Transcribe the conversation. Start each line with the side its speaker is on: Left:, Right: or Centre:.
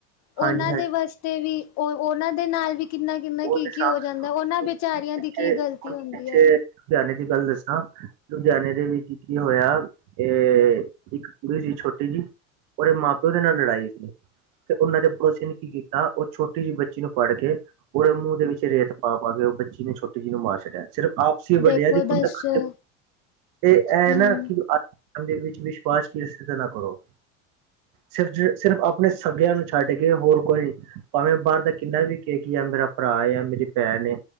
Left: ਉਹਨਾਂ
Right: ਹਾਂਜੀ ਹਾਂਜੀ
Left: ਦੇ ਵਾਸਤੇ ਵੀ, ਉਹ ਉਹਨਾਂ ਦੇ ਨਾਲ ਵੀ ਕਿੰਨਾ- ਕਿੰਨਾ
Right: ਉਹ
Left: ਕੀ-
Right: ਤੇ ਸਾਫ਼
Left: ਕੀ ਹੋ ਜਾਂਦਾ, ਉਹਨਾਂ
Right: ਪਿੱਛੇ
Left: ਵਿਚਾਰੀਆਂ ਦੀ ਕੀ ਗ਼ਲਤੀ
Right: ਹੁਣ
Left: ਹੁੰਦੀ
Right: ਪਿੱਛੇ
Left: ਐ।
Right: ਲੁਧਿਆਣੇ ਦੀ ਗੱਲ ਦੱਸਾਂ, ਲੁਧਿਆਣੇੇ ਦੇ ਵਿੱਚ ਕੀ ਹੋਇਆ ਤੇ ਇੱਕ ਕੁੜੀ ਸੀ ਛੋਟੀ ਜੀ, ਔਦੇ ਮਾਂ-ਪਿਓ ਦੇ ਨਾਲ ਲੜਾਈ ਸੀ। ਤੇ ਓਹਨਾਂ ਦੇ ਪੜੋਸੀਆ ਨੇ ਕੀ ਕੀਤਾ, ਓਹ ਛੋਟੀ ਜੀ ਬੱਚੀ ਨੂੰ ਫੜ੍ਹ ਕੇ ਉਹਦੇ ਮੂੰਹ ਦੇ ਵਿੱਚ ਰੇਤ ਪਾ-ਪਾ ਕੇ, ਓਹ ਬੱਚੀ ਨੂੰ ਛੋਟੀ ਜੀ ਨੂੰ ਮਾਰ ਛੱਡਿਆ, ਸਿਰਫ ਆਪਸੀ
Left: ਦੇਖੋ
Right: ਵੱਡਿਆ ਦੀ ਖੁੰਦਕ
Left: ਦੱਸੋ
Right: ਤੇ, ਐ
Left: ਹਮ
Right: ਨਾ ਕਿ ਇਹਦੇ ਵਿੱਚ ਵਿਸ਼ਵਾਸ, ਕਿਸੀ ਤੇ ਨਾ ਕਰੋ। ਸਿਰਫ-ਸਿਰਫ ਆਪਣੇ ਸਗਿਆਂ ਨੂੰ ਛੱਡ ਕੇ, ਹੋਰ ਕੋਈ ਨੀ ਭਾਂਵੇਂ, ਬਾਹਰ ਦਾ ਕਿੰਨਾ ਵੀ ਯਾ ਮੇਰਾ ਭਰਾ ਏ, ਯਾ ਮੇਰੀ ਭੈਣ ਏ,